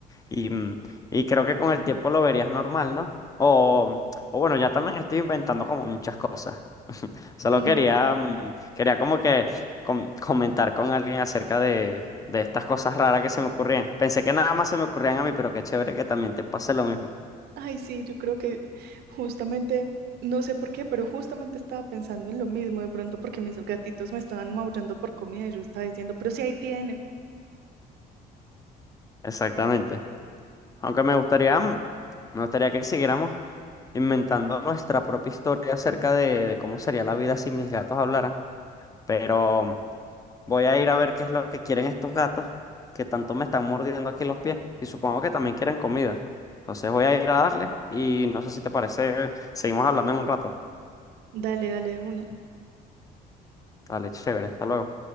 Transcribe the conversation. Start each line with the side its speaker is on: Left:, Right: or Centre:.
Left: Y, mm, y creo que con el tiempo lo verías normal, ¿no? O, o bueno, ya también estoy inventando como muchas cosas. Solo
Right: No
Left: quería,
Right: sé.
Left: mm, quería como que com- comentar con alguien acerca de, de estas cosas raras que se me ocurrían. Pensé que nada más se me ocurrían a mí, pero qué chévere que también te pase lo mismo.
Right: Ay, sí, yo creo que justamente, no sé por qué, pero justamente estaba pensando en lo mismo, de pronto porque mis gatitos me estaban maullando por comida y yo estaba diciendo, pero si ahí tienen,
Left: Exactamente. Aunque me gustaría, mm, me gustaría que siguiéramos inventando nuestra propia historia acerca de, de cómo sería la vida si mis gatos hablaran. Pero Voy a ir a ver qué es lo que quieren estos gatos, que tanto me están mordiendo aquí los pies, y supongo que también quieren comida. Entonces voy a ir a darle y no sé si te parece, eh, seguimos hablando en un rato.
Right: dale, dale de una.
Left: Dale, chévere, hasta luego.